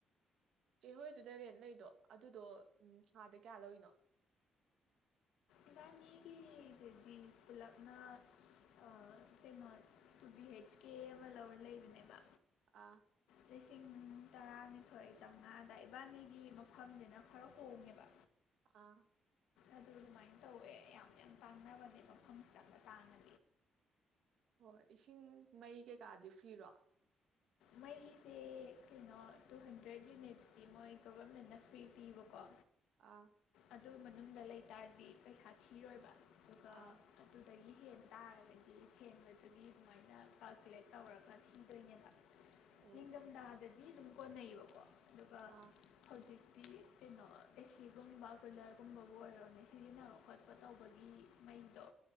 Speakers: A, on the right; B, on the left.
A: ꯆꯦꯍꯣꯏꯗꯨꯗ ꯔꯦꯟ ꯂꯩꯗꯣ ꯑꯗꯨꯗꯣ ꯎꯝ ꯊꯥꯗ ꯀꯌꯥ ꯂꯧꯔꯤꯅꯣ
B: ꯏꯕꯥꯅꯤꯒꯤꯗꯨꯗꯤ ꯄꯨꯂꯞꯅ ꯑꯥ ꯀꯩꯅꯣ ꯇꯨ ꯕꯤ ꯍꯩꯆ ꯀꯦ ꯑꯃ ꯂꯧꯔ ꯂꯩꯕꯅꯦꯕ
A: ꯑꯥ
B: ꯂꯤꯁꯤꯡ ꯇꯔꯥꯅꯤꯊꯣꯏ ꯆꯥꯝꯉꯥꯗ ꯏꯕꯥꯅꯤꯒꯤ ꯃꯐꯝꯖꯤꯅ ꯈꯔ ꯍꯣꯡꯉꯦꯕ
A: ꯑ
B: ꯑꯗꯨ ꯗꯨꯃꯥꯏꯟ ꯇꯧꯋꯦ ꯌꯥꯝ ꯌꯥꯝ ꯇꯥꯡꯅꯕꯅꯦ ꯃꯐꯝ ꯈꯤꯇꯪꯒ ꯇꯥꯡꯉ
A: ꯍꯣꯏ ꯏꯁꯤꯡ ꯃꯩ ꯀꯩꯀꯥꯗꯤ ꯐꯤꯔꯣ
B: ꯃꯩꯁꯦ ꯀꯩꯅꯣ ꯇꯨ ꯍꯟꯗ꯭ꯔꯦꯗ ꯌꯨꯅꯤꯠꯁꯇꯤ ꯃꯣꯏ ꯒꯣꯕꯔꯃꯦꯟꯅ ꯐ꯭ꯔꯤ ꯄꯤꯕꯀꯣ
A: ꯑꯥ
B: ꯑꯗꯨ ꯃꯅꯨꯡꯗ ꯂꯩ ꯇꯥꯔꯗꯤ ꯄꯩꯁꯥ ꯊꯤꯔꯣꯏꯕ ꯗꯨꯒ
A: ꯑꯥ
B: ꯗꯨꯗꯒꯤ ꯍꯦꯟ ꯇꯥꯔꯒꯗꯤ ꯍ‌ꯦꯟꯕꯗꯨꯒꯤ ꯗꯨꯃꯥꯏꯅ ꯀꯥꯜꯀꯨꯂꯦꯠ ꯇꯧꯔꯒ ꯊꯤꯗꯣꯏꯅꯦꯕ
A: ꯑꯣ
B: ꯅꯤꯡꯗꯝꯗꯥꯗꯗꯤ ꯗꯨꯝ ꯀꯣꯟꯅꯩꯌꯦꯕꯀꯣ ꯗꯨꯒ
A: ꯑꯥ
B: ꯍꯧꯖꯤꯛꯇꯤ ꯀꯩꯅꯣ ꯑꯦꯁꯤꯒꯨꯝꯕ ꯀꯨꯂꯔꯒꯨꯝꯕꯕꯨ ꯑꯣꯏꯔꯣꯅꯦ ꯁꯤꯖꯤꯟꯅꯕ ꯈꯣꯠꯄ ꯇꯧꯕꯒꯤ ꯃꯩꯗꯣ